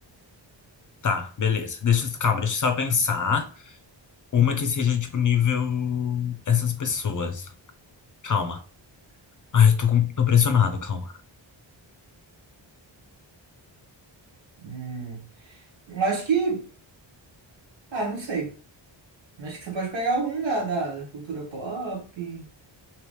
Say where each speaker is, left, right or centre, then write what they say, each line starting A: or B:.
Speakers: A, on the left (about 45°); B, on the right (about 75°).
A: Tá, beleza. Deixa, eu- calma, deixa eu só pensar. Uma
B: Uhum.
A: que seja, tipo, nível essas pessoas. Calma. Ai, eu tô, com- tô pressionado, calma.
B: Hum, eu acho que... Ah, não sei. Eu Acho que você pode pegar algum da, da, da cultura pop,